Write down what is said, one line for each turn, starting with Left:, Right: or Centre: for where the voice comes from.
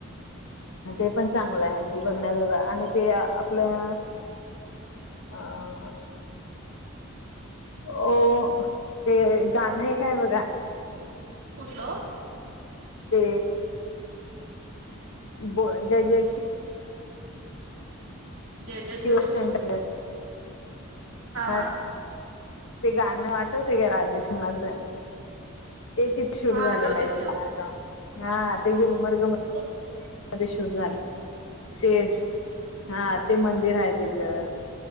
Left: ते पण चांगलं आहे अदी बघण्याजोगा आणि ते आपलं ह हो ते गाणं आहे काय बघा
Right: कुठलं
Left: ते ब जय जय श्री
Right: जय जय
Left: शिवशंकर
Right: जश
Left: अ
Right: हा
Left: ते गाणं वाठवते का राजेश खन्नाचे ते तिथ शूट
Right: हा
Left: झालेलं
Right: आठवते
Left: आहे
Right: की ओ
Left: अर्धा आ ते गुलमर्ग
Right: बरोबर
Left: मध्ये शूट झाला ते हा ते मंदिर आहे तिथं